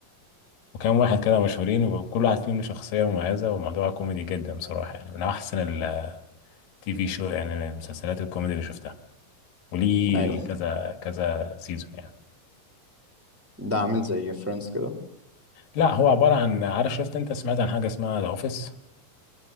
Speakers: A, on the left; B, in the centre.
A: وكان واحد كده مشهورين وكل واحد فيهم له شخصية مميزة وموضوع كوميدي جدا بصراحة يعني من أحسن التي في شو يعني من المسلسلات الكوميدي اللي شفتها وليه
B: ايوه
A: كذا كذا سيزون يعني
B: ده عامل زي فريندز كده
A: لا هو عبارة عن عارف شفت انت سمعت عن حاجة اسمها ذا اوفيس